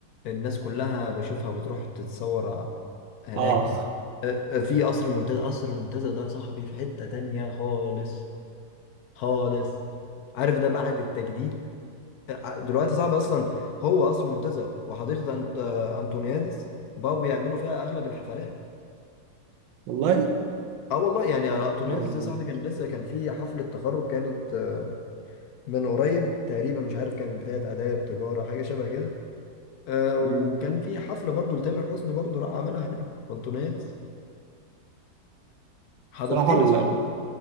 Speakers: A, on the left; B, on the right.
A: الناس كلها بشوفها بتروح تتصور هناك
B: آه
A: آه، آه، في قصر المنتزه قصر المنتزه ده يا صاحبي في حتة تانية خالص خالص عارف ده بعد التجديد دلوقتي صعب اصلا هو قصر منتزه وحديقه أنت... انطونيادس بقوا بيعملوا فيها اغلب الحفلات
B: والله
A: اه والله يعني انطونيادس
B: آه،
A: دي
B: فهمت.
A: صاحبي كان لسه كان في حفله تخرج كانت آه، من قريب تقريبا مش عارف كانت بتاعه اداب تجاره حاجه شبه كده آه،
B: مم.
A: وكان في حفله برضو لتامر حسني برضو راح عملها هناك في انطونيادس حديقتين
B: بصراحة
A: يا
B: ال
A: صاحبي